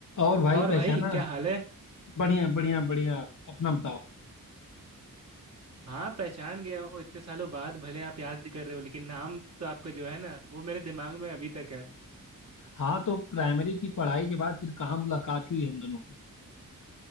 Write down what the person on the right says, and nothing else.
और
भाई क्या हाल है
हाँ पहचान गया हूँ इतने सालों बाद भले आप याद कर रहे हो लेकिन नाम तो आपका जो है ना वो मेरे दिमाग में अभी तक है